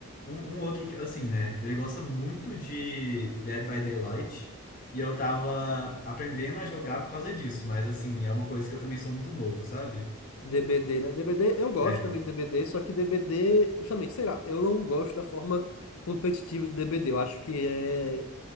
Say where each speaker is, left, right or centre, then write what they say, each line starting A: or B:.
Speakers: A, on the left (about 40°); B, on the left (about 70°).
A: Um, um outro, que, assim, né? Ele gosta muito de Dead by Daylight. E eu tava aprendendo a jogar por causa disso. Mas, assim, é uma coisa que eu também sou muito novo, sabe?
B: DBD, né? DBD, eu gosto
A: É.
B: também de DBD, só que DBD, justamente, sei lá, eu não gosto da forma competitiva de DBD. Eu acho que é.